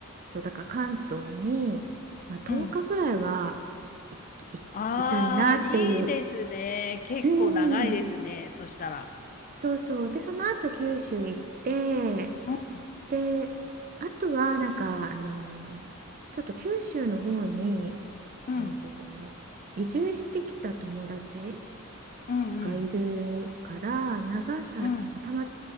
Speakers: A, on the right; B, on the left.
A: そうだから関東に、まあ、10日ぐらいは
B: うん
A: い、い、
B: ああ、
A: いたいなっていう
B: いいですね。結構長いですね。
A: うん
B: そしたら。
A: そうそうでその後九州行って
B: うん。
A: であとはなんかあのちょっと九州の方に
B: うん、
A: えっと移住してきた友達
B: うん、
A: がいるから長さなんかたま
B: うん、うん。